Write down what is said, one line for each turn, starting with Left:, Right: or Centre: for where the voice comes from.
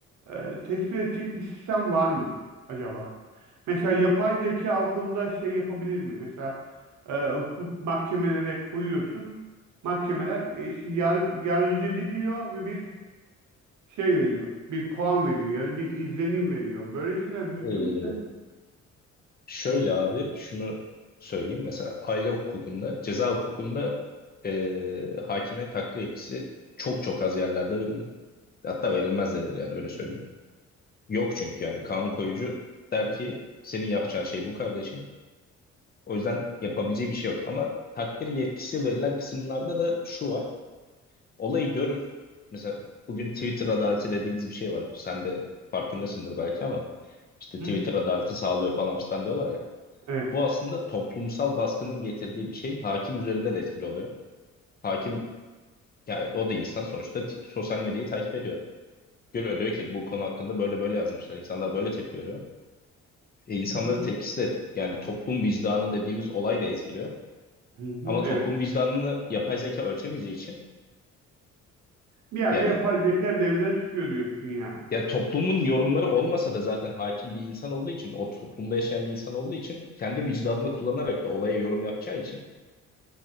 Right: e, tespit edecek bir sistem var mı acaba? Mesela yapay zeka o konuda şey yapabilir mi? Mesela e, hukuk mahkemelere koyuyorsun. Mahkemeler e, işte yar, yargıcı dinliyor ve bir şey veriyor. Bir puan veriyor ya da bir izlenim veriyor. Böyle şeyler mümkün
Left: Ee,
Right: mü sen?
Left: Şöyle abi şunu söyleyeyim. Mesela aile hukukunda, ceza hukukunda e, hakime takdir yetkisi çok çok az yerlerde verilir. Hatta verilmez denir yani öyle söyleyeyim. Yok çünkü yani kanun koyucu der ki senin yapacağın şey bu kardeşim. O yüzden yapabileceği bir şey yok. Ama takdir yetkisi verilen kısımlarda da şu var. Olayı görür. Mesela bugün Twitter adaleti dediğimiz bir şey var. Sen de farkındasındır belki ama işte
Right: Hı
Left: Twitter adaleti sağlıyor falan filan diyorlar ya.
Right: Evet.
Left: Bu aslında toplumsal baskının getirdiği bir şey. Hakim üzerinde de etkili oluyor. Hakim, yani o da insan sonuçta t- sosyal medyayı takip ediyor. Görüyor diyor ki bu konu hakkında böyle böyle yazmışlar. İnsanlar böyle tepki veriyor. E, insanların
Right: hı hı.
Left: tepkisi de yani toplum vicdanı dediğimiz olay da etkiliyor.
Right: Hı hı,
Left: Ama toplum
Right: evet.
Left: vicdanını yapay zeka ölçemeyeceği için
Right: Bir yerde
Left: yani
Right: yapay zeka devreden çıkıyor diyorsun yani.
Left: ya toplumun yorumları olmasa da zaten hakim bir insan olduğu için o toplumda yaşayan bir insan olduğu için kendi vicdanını kullanarak da olaya yorum yapacağı için